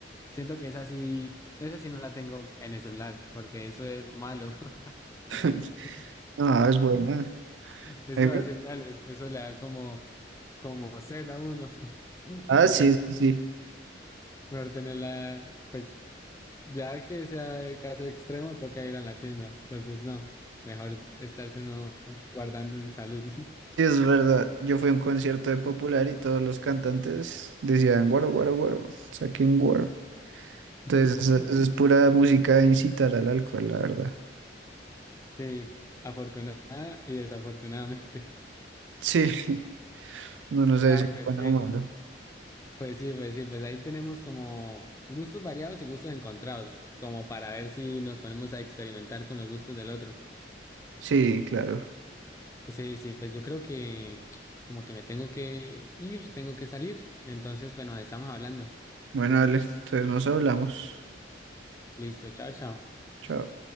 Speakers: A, on the left (about 15°); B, on the right (about 85°).
A: Siento que esa sí, esa sí no la tengo en el celular porque eso es malo.
B: <laughs>
A: <laughs>
B: No, ah, es buena.
A: Eso
B: Ahí
A: da
B: fue-
A: señales, eso le da como, como sed a uno. <laughs>
B: Ah,
A: Entonces,
B: sí, sí, sí.
A: mejor tenerla, pues. Ya que sea caso extremo, toca ir a la tienda. Entonces, no, mejor estarse uno guardando en salud.
B: Sí, es verdad. Yo fui a un concierto de Popular y todos los cantantes decían guaro, guaro, guaro, saquen guaro. Entonces,
A: <laughs>
B: eso- eso es pura música de incitar al alcohol, la verdad.
A: Sí, afortunada y desafortunadamente.
B: Sí, <laughs> no nos sé
A: <laughs> Ay,
B: si es
A: pues
B: bueno
A: sí,
B: o malo.
A: pues sí, pues sí, pues ahí tenemos como gustos variados y gustos encontrados, como para ver si nos ponemos a experimentar con los gustos del otro.
B: Sí, claro.
A: Sí, sí, pues yo creo que como que me tengo que ir, tengo que salir. Entonces, pues nos estamos hablando.
B: Bueno, dale, entonces nos hablamos.
A: Listo, chao, chao.
B: Chao.